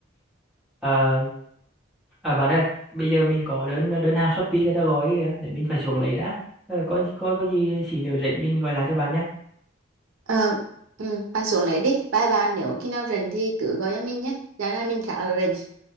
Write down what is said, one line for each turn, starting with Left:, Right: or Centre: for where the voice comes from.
Centre: Ờ, à bạn ơi bây giờ mình có đơn đơn hàng Shopee người ta gọi kìa để mình phải xuống lấy đã Ờ, có có có gì xí nữa rảnh mình gọi lại cho bạn nhé
Right: Ờ, ừ, ba xuống lấy đi bye bạn nếu khi nào rảnh thì cứ gọi cho mình nhé giờ này mình trả rảnh